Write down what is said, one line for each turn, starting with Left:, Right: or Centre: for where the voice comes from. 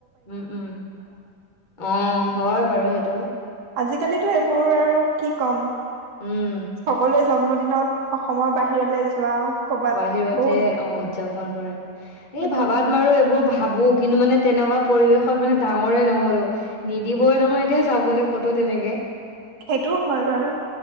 Left: উম উম অ হয় বাৰু সেই টো
Right: আজিকালিতো এইবোৰ আৰু কি কম
Left: উম।
Right: সকলোৱে জন্মদিনত অসমৰ বাহিৰলৈ যোৱা কৰ'বাত
Left: বাহিৰতে
Right: বহুত
Left: অ উদযাপন কৰে এই
Right: উদযাপন
Left: ভাবাত
Right: কৰে
Left: বাৰু এইবোৰ ভাবো কিন্তু মানে তেনেকুৱা পৰিৱেশত মানে ডাঙৰে নহলো নিদিবই নহয় এতিয়া যাবলৈ ক'তো তেনেকে
Right: সেইটোও হয় বাৰু